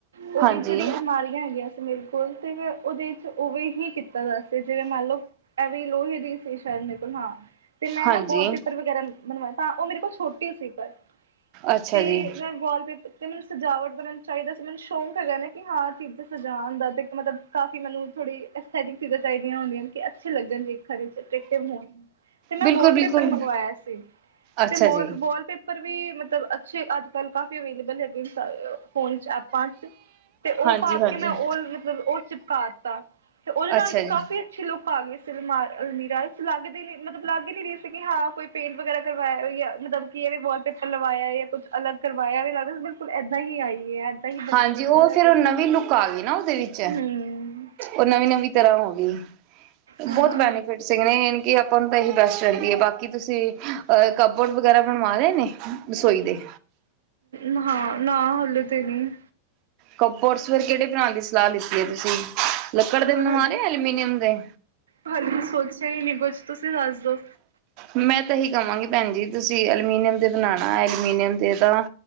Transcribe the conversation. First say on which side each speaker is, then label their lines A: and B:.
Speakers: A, on the right; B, on the right.
A: ਉਹਦੀ
B: ਹਾਂਜੀ
A: ਜਿਹੜੀ ਅਲਮਾਰੀਆਂ ਹੈਗੀਆਂ ਸੀ। ਤੇ ਮੈਂ ਉਹਦੇ ਚ ਉਵੇਂ ਹੀ ਕੀਤਾ ਦਾ ਸੀ, ਜਿਵੇਂ ਮੰਨਲਓ ਐਵੇ ਲੋਹੇ ਦੀ ਸੀ ਸ਼ਾਇਦ। ਸੁਣਨਾ 'ਤੇ ਮੈਂ
B: ਹਾਂਜੀ
A: ਨਾ ਵਾਲ ਪੇਪਰ ਵਗੈਰਾ ਬਣਵਾਇਆ, ਤਾਂ ਉਹ ਮੇਰੇ ਕੋਲ ਛੋਟੀ ਸੀ, ਪਰ
B: ਅੱਛਾ
A: ਤੇ
B: ਜੀ
A: ਮੈਂ ਵਾਲ ਪੇਪਰ ਤੇ ਮੈਨੂੰ ਸਜਾਵਟ ਦਾ ਮੈਨੂੰ ਚਾਹੀਦਾ ਸੀ। ਮੈਨੂੰ ਸ਼ੌਂਕ ਹੈਗਾ ਨਾ ਕਿ ਹਾਂ ਚੀਜ਼ਾਂ ਸਜਾਉਣ ਦਾ ਤਾਂ ਇੱਕ ਮਤਲਬ ਕਾਫੀ ਮੈਨੂੰ ਥੋੜ੍ਹੀ ਅਥੈਟਿਕ ਚੀਜ਼ਾਂ ਚਾਹੀਦੀਆਂ ਹੁੰਦੀਆਂ ਨੇ ਕਿ ਅੱਛੇ ਲੱਗਣਗੇ ਖੜੇ ਹੋਣ ਤੇ ਮੈਂ
B: ਬਿਲਕੁਲ
A: ਵਾਲਪੇਪਰ
B: ਬਿਲਕੁਲ
A: ਮੰਗਵਾਇਆ ਸੀ,
B: ਅੱਛਾ
A: ਤੇ
B: ਜੀ
A: ਵਾਲਪੇਪਰ ਪਰ ਵੀ ਮਤਲਬ ਅੱਛੇ, ਅੱਜ ਕੱਲ ਕਾਫੀ ਅਵੇਲੇਬਲ ਹੈਗੇ। ਫੋਨ 'ਚ ਐਪਾਂ 'ਚ ਤੇ ਉਹ
B: ਹਾਂਜੀ
A: ਪਾ
B: ਹਾਂਜੀ
A: ਕੇ ਮੈਂ ਉਹ ਮਤਲਬ ਉਹ ਚਿਪਕਾ ਦਿੱਤਾ, ਤੇ ਉਹਦੇ ਨਾਲ
B: ਅੱਛਾ
A: ਵੀ
B: ਜੀ
A: ਕਾਫੀ ਅੱਛੀ ਲੁਕ ਆ ਗਏ ਸੀਮਾਰ ਅਲਮੀਰਾ ਚ' ਲੱਗੇ ਨੀ ਮਤਲਬ ਲੱਗ ਹੀ ਨੀ ਰਹੀ ਸੀ ਹਾਂ। ਕੋਈ ਪੇਂਟ ਵਗੈਰਾ ਕਰਵਾਇਆ ਹੋ, ਜਾਂ ਮਤਲਬ ਕੀ ਵੀ ਬੋਲ ਪੇਪਰ ਲਵਾਇਆ, ਜਾਂ ਕੁੱਛ ਅਲਗ ਕਰਵਾ, ਮਾਇਆ ਵੀ ਲੱਗ ਦਾ ਬਿਲਕੁਲ ਏਦਾਂ ਹੀ ਆਈ ਹੈ ਏਦਾਂ ਹੀ ਬਣੀ
B: ਹਾਂਜੀ
A: ਦੀ ਪਹਿਲਾਂ
B: ਉਹ ਫੇਰ
A: ਤੋਂ ਹੀ
B: ਨਵੀਂ ਲੁੱਕ ਆ ਗਈ, ਨਾ ਉਹਦੇ ਵਿੱਚ
A: ਹਮ
B: ਉਹ ਨਵੀਂ- ਨਵੀਂ ਤਰ੍ਹਾਂ ਹੋ ਗਈ।
A: ਹਾਂ
B: ਬਹੁਤ ਬੈਨੀਫਿਟ ਸੀ ਗੇ ਨੇ ਕਿ ਆਪਾਂ ਨੂੰ ਤਾਂ ਇਹੀ ਬੈਸਟ ਰਹਿੰਦੀ ਹੈ, ਬਾਕੀ ਤੁਸੀਂ ਅਹ ਕੱਪ ਬੋਰਡ ਵਗੈਰਾ ਬਣਵਾ ਲਏ ਨੇ ਰਸੋਈ ਦੇ,
A: ਨਾ ਹਾਂ ਨਾ ਹੱਲ ਤੇ ਨਹੀਂ,
B: ਕੱਪ ਬੋਟਸ ਕਿਹੜੇ ਬਣਾਉਣ ਦੀ ਸਲਾਹ ਲਿੱਤੀ। 'ਤੇ ਤੁਸੀਂ ਲੱਕੜ ਦੇ ਬਣਵਾ
A: ਹਾਲੇ
B: ਰਹੇ ਹੋ, ਜਾਂ ਐਲੂਮੀਨੀਅਮ ਦੇ
A: ਹਾਲੇ ਤਾਂ ਸੋਚਿਆ ਹੀ ਨਹੀਂ ਕੁਛ ਤੁਸੀਂ ਦੱਸ ਦਿਉ?
B: ਮੈਂ ਤਾਂ ਇਹੀ ਕਵਾਂਗੀ, ਭੈਣ ਜੀ ਤੁਸੀਂ ਐਲੂਮੀਨੀਅਮ ਦੇ ਬਣਾਉਣਾ ਐਲੂਮੀਨੀਅਮ ਦੇ ਤਾਂ